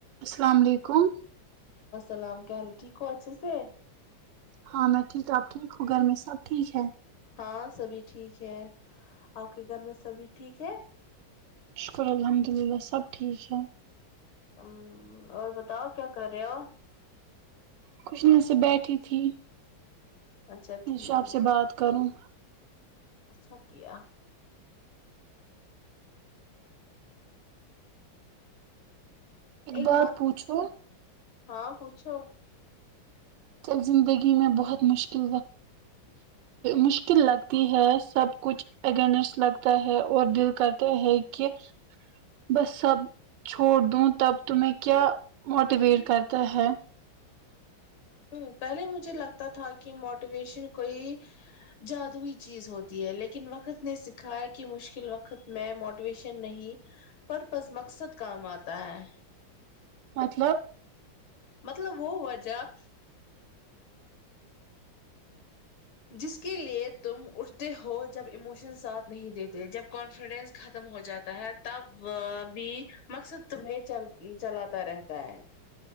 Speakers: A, on the right; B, on the left.
A: السلام علیکم
B: اللام کیا حال ٹھو اچ سے
A: ہاں میں ٹھیک ہ ٹھیک ہو گھر میں سب ٹھیک ہے
B: ہاں سبھی ٹھیک ہے اک گھر میں سبھی ٹھیک ہے
A: شکر الحمد للہ سب ٹھیک ہیں
B: ہ اور بتاؤ کیا کر رہے ہو
A: خوشنی سے بیٹھی تھی
B: اچھا
A: میںشا
B: ٹھیک
A: آپ سے بات کروں
B: اچھا کیا ایک
A: بات
B: بار
A: پوچھو
B: ہاں پوچھو
A: ب زندگی میں بہت مشکل مشکل لگتی ہے سب کچھ اگینسٹ لگتا ہے اور دل کرتا ہے کہ بس سب چھوڑ دوں تب تمہیں کیا موٹیویٹ کرتا ہے
B: ہ پہلے مجھے لگتا تھا کہ موٹیویشن کوئی جادوئی چیز ہوتی ہے لیکن وقت نے سکھا کہ مشکل وقت میں موٹیویشن نہیں پر پز مقصد کام آتا ہے
A: مطلب
B: مطلب وہ ہوا جب جس کے لیے تم اٹھتے ہو جب ایموشن ساتھ نہیں دیتے جب کانفیڈنس ختم ہو جاتا ہے تب بھی مقصد تمہیں چلاتا رہتا ہے